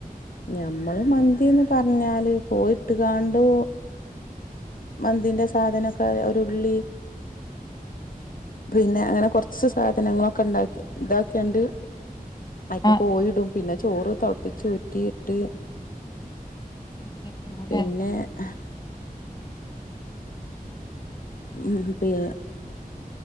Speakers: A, on the left; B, on the left.
A: ഞമ്മള് മന്തീന്ന് പർഞ്ഞാല് കോയിട്ട്കാണ്ടൂ മന്തിന്റെ സാധനൊക്കെ ഒരുള്ളി. പിന്നെ അങ്ങനെ കൊർച്ച് സാധനങ്ങളൊക്കെണ്ടാക്കി ഇതാക്ക്യാണ്ട് അയ്ക്ക്
B: ആ ആ
A: കോയിടും. പിന്നെ ചോറ് തൾപ്പിച്ചൂറ്റിയിട്ട്
B: അതിലേക്ക് ഇടും അല്ലേ?
A: പിന്നെ. ഹാ. ഉം പ്യേ